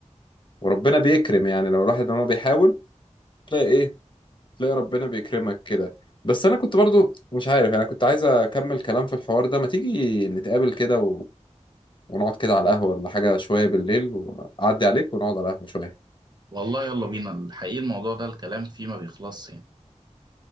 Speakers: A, on the left (about 40°); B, on the right (about 35°).
A: وربنا بيكرم يعني لو الواحد ان هو بيحاول تلاقي ايه تلاقي ربنا بيكرمك كده بس انا كنت برضو مش عارف يعني كنت عايز اكمل كلام في الحوار ده ما تيجي نتقابل كده و... ونقعد كده على القهوة ولا حاجة شوية بالليل وأعدي عليك ونقعد على القهوة شوية
B: والله يلا بينا الحقيقه الموضوع ده الكلام فيه ما بيخلصش يعني